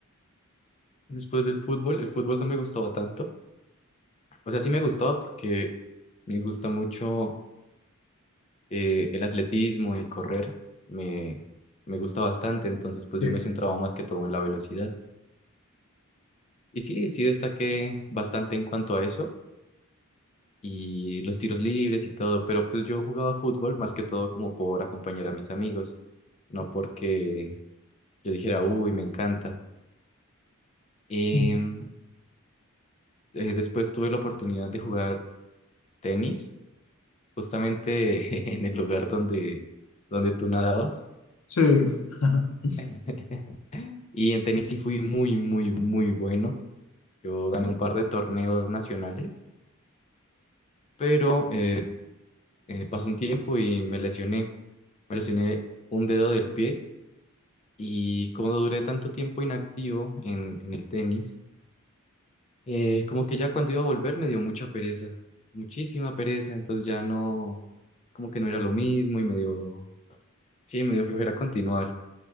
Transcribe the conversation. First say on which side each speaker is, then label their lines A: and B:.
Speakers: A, on the left; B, on the left.
A: después del fútbol. El fútbol no me gustaba tanto. O sea, sí me gustaba porque me gusta mucho eh, el atletismo y correr. Me, me gusta bastante, entonces pues
B: Sí.
A: yo me centraba más que todo en la velocidad. Y sí, sí destaqué bastante en cuanto a eso. y los tiros libres y todo, pero pues yo jugaba fútbol más que todo como por acompañar a mis amigos, no porque yo dijera, uy, me encanta. Em,
B: Mm.
A: eh, después tuve la oportunidad de jugar tenis, justamente <laughs> en el lugar donde, donde tú nadabas.
B: Sí. <laughs>
A: <laughs> Y en tenis sí fui muy, muy, muy bueno. Yo gané un par de torneos nacionales, pero eh, eh, pasó un tiempo y me lesioné. Me lesioné un dedo del pie Y como duré tanto tiempo inactivo en, en el tenis, eh, como que ya cuando iba a volver me dio mucha pereza, muchísima pereza, entonces ya no, como que no era lo mismo y me dio, sí, me dio flojera continuar.